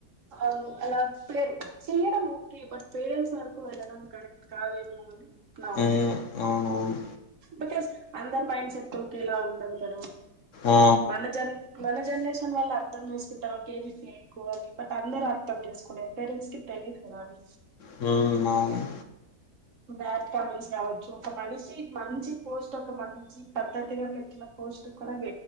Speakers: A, on the right; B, on the left.
A: అవును అలా పరు చేయడం ఓకే బట్ పేరెంట్స్ వరకు వెళ్ళడం కరెక్ట్ కాదేమో అని నా
B: అవును
A: ఒపీనియన్
B: అవునవును
A: బికాస్ అందరి పైన్ సట్ కేలా ఉంటది పె
B: ఆ
A: మనజన్ మన జనరేషన్ వాల్ల అర్ం చూసుకుంటారు ఒకకది ఫంకు అది బట్ అందరు అర్థం చేసుకునే పేరెంట్స్ కి తెలియ కదాలి
B: హ్మ్ అవును
A: బ్యాట్ కామెంస్ కావచ్చు ఒక మనిషి మంచి పోస్ట్ ఒక మంచి పద్ధతిగా పెట్టిన పోస్ట్ కూడా